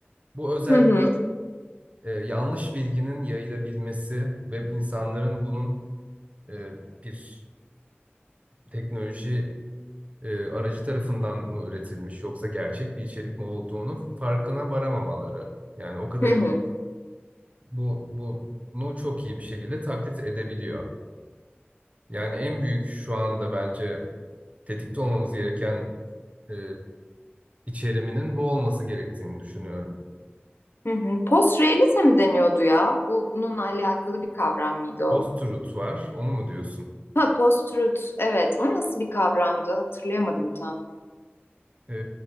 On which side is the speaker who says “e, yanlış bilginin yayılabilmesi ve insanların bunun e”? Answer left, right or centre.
Right